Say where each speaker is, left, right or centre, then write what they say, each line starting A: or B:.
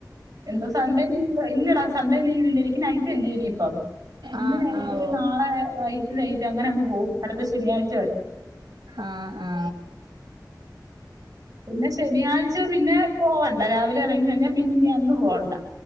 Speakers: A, on the right (about 50°); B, on the right (about 85°).
A: എന്തോ സൺഡേ ലീവ് ഇല്ലടാ സൺഡേ ലീവ് ഇല്ല എനിക്ക് നൈറ്റല്ലേ ഇനിയിപ്പം ഇന്ന്
B: ആഹ്
A: നൈ നൈറ്റ്
B: ആഹ് ഓ
A: നാളെ വൈട്ട് നൈറ്റ് അങ്ങന അങ്ങ് പോവും അടുത്ത ശനിയാഴ്
B: ആ ആ
A: പിന്നെ ശനി ആഴ്ച പിന്നെ പോവണ്ട രാവിലെ എറങ്ങി കഴിഞ്ഞാ പിന്നെ ഇനി അന്ന് പോണ്ട